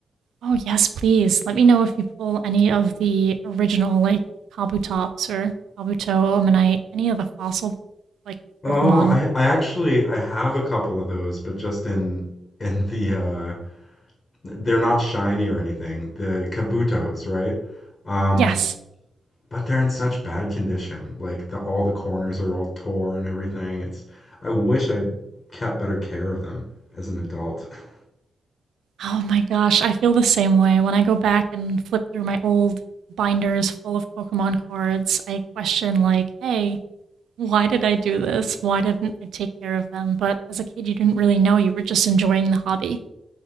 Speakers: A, on the right; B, on the left.
A: Oh, yes, please. Let me know if you pull any of the original, like Kabutops or Kabuto, Omanite, any of the fossil, like
B: Oh,
A: Pokemon.
B: I, I actually I have a couple of those, but just in in the uh they're not shiny or anything. The Kabutos, right? Um,
A: Yes.
B: but they're in such bad condition. Like the all the corners are all tore and everything. It's I wish I kept better care of them as an adult. <laughs>
A: Oh my gosh, I feel the same way. When I go back and flip through my old binders full of Pokemon cards, I question, like, hey, why did I do this? Why didn't I take care of them? But as a kid, you didn't really know. You were just enjoying the hobby.